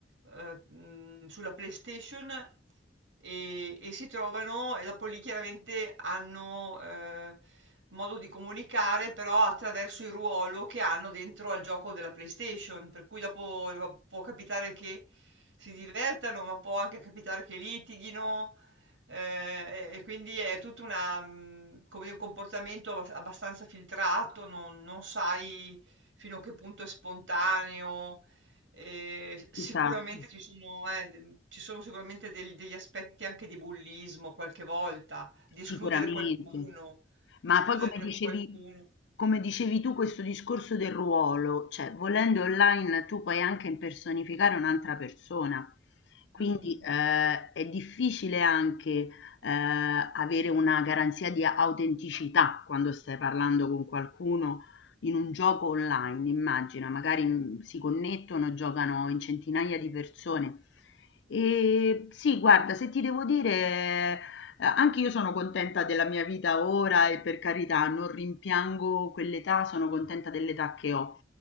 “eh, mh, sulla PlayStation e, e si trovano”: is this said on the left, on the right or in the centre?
Right